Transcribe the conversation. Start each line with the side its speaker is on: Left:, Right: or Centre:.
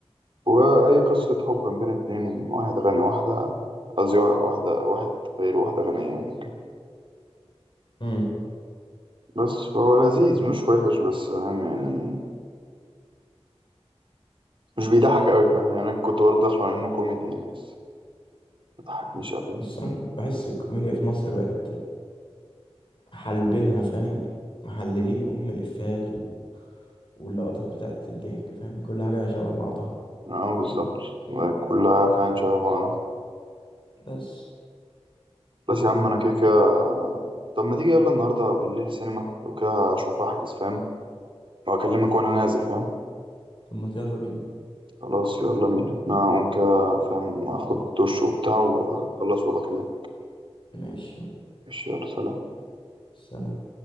Right: وأي قصة حب بين اتنين واحد غني واحدة قصدي وا- واحدة واحد فقير وواحدة غنية يعني كده
Left: امم
Right: بس هو لذيذ مش وحش بس فاهم يعني مش بيضحك أوي فاهم يعني أنا كنت برضه داخله على إنه كوميدي يعني بس ما ضحكنيش أوي
Left: الصراحه بحس الكوميديا في مصر بقت حالبينها فاهم محللين ام الافيهات و... واللقطات بتاعت الضحك فاهم كل حاجه شبه بعضها
Right: اه بالظبط كلها فاهم شبه بعضها
Left: بس
Right: بس يا عم أنا كده كده طب ما تيجي يلا النهاردة بالليل سينما لو كده أشوف أحجز فاهم وأكلمك وأنا نازل فاهم
Left: طب ما يلا بينا
Right: خلاص يلا بينا أنا هقوم كده فاهم أخد دش وبتاع وأخلص وبكلمك
Left: ماشي يلا
Right: ماشي يلا سلام
Left: سلام